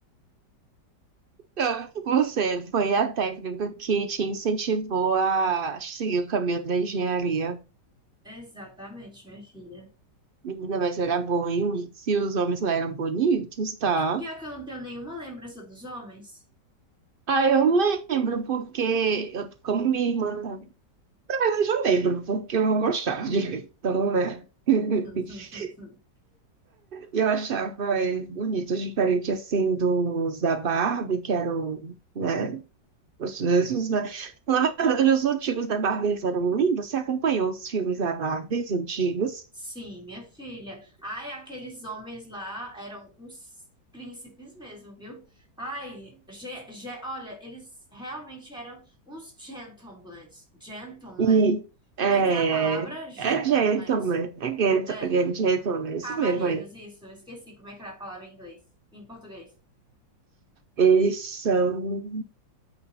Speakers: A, on the right (about 80°); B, in the centre.
A: Então, você foi a técnica que te incentivou a seguir o caminho da engenharia.
B: Exatamente, minha filha.
A: Menina, mas era bom, hein? Se os homens lá eram bonitos, tá?
B: Pior que eu não tenho nenhuma lembrança dos homens.
A: Ah, eu lembro, porque eu, como minha irmã tá. Mas eu já lembro, porque eu não gostava de ver. Então, né? <laughs>
B: <laughs>
A: Eu achava eh, bonito, diferente assim dos da Barbie, que eram, né? Os mesmos, né? Na verdade, os antigos da Barbie eles eram lindos. Você acompanhou os filmes da Barbie os antigos?
B: Sim, minha filha. Ai, aqueles homens lá eram uns príncipes mesmo, viu? Ai, ge- ge- olha, eles realmente eram uns gentlemen. Gentlemen.
A: E
B: Como
A: é,
B: é que é a palavra? Gentlemen.
A: é gentleman, é gent-
B: É.
A: é gentleman, é isso
B: Cavalheiros,
A: mesmo. é.
B: isso. Eu esqueci como é que era a palavra em inglês, em português.
A: Eles são